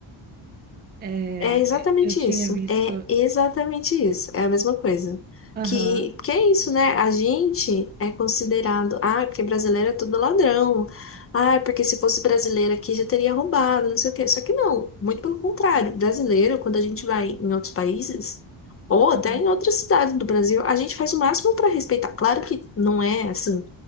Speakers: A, on the right; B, on the left.
A: É,
B: é exatamente
A: eu eu tinha
B: isso.
A: visto.
B: É exatamente isso. É a mesma coisa.
A: Aham.
B: Que, que é isso, né? A gente é considerado, ah, porque brasileiro é tudo ladrão. Ah, porque se fosse brasileiro aqui já teria roubado, não sei o quê. Só que não, muito pelo contrário. Brasileiro, quando a gente vai em outros países, ou até
A: uhum,
B: em outras cidades do Brasil, a gente faz o máximo para respeitar. Claro que não é assim,